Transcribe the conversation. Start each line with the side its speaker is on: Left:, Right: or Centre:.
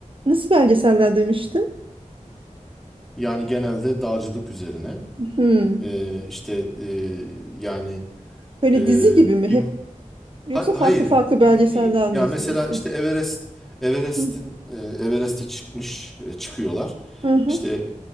Right: Nasıl belgeseller demişti?
Centre: Yani genelde dağcılık üzerine.
Right: Hmm.
Centre: Ee, işte e, yani
Right: Böyle
Centre: e,
Right: dizi gibi mi?
Centre: tim
Right: Hep yoksa
Centre: Ha-
Right: farklı
Centre: hayır
Right: farklı belgeseller
Centre: e, değil. Ya
Right: mi izliyorsun?
Centre: mesela işte Everest Everest'in
Right: Hı
Centre: e, Everest'e çıkmış e, çıkıyorlar.
Right: hı. hı.
Centre: İşte